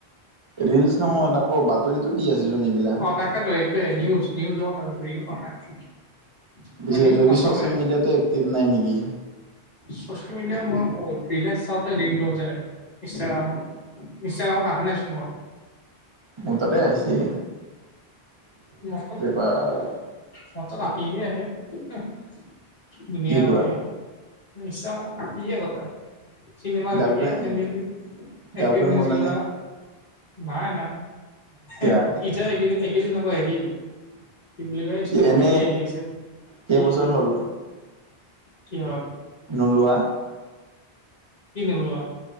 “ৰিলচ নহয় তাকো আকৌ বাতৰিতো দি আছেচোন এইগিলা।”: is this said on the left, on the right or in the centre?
Right